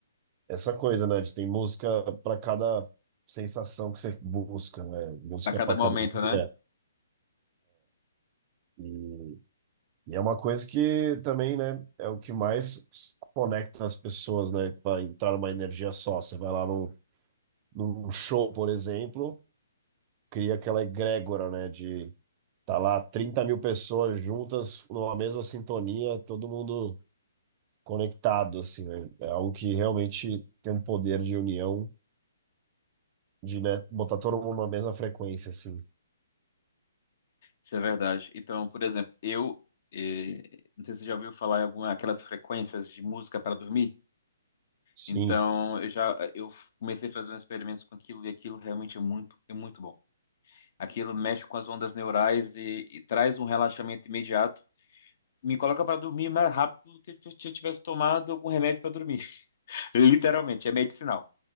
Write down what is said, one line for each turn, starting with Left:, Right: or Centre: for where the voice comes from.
Right: essa coisa, né? De tem música para cada sensação que você busca, né? Música
Left: A cada
Right: para
Left: momento,
Right: cada dia.
Left: né?
Right: E, e é uma coisa que também, né, é o que mais conecta as pessoas, né, para entrar numa energia só. Você vai lá no, num show, por exemplo, cria aquela egrégora, né, de tá lá 30 mil pessoas juntas numa mesma sintonia, todo mundo conectado, assim, né? É algo que realmente tem um poder de união, de, né, botar todo mundo na mesma frequência, assim.
Left: Isso é verdade. Então, por exemplo, eu eh, não sei se você já ouviu falar em alguma aquelas frequências de música para dormir.
Right: Sim,
Left: Então, eu já eu comecei a fazer uns experimentos com aquilo e aquilo realmente é muito é muito bom. Aquilo mexe com as ondas neurais e, e traz um relaxamento imediato. Me coloca para dormir mais rápido do que se eu tivesse tomado algum remédio para dormir. <laughs> Literalmente, é medicinal.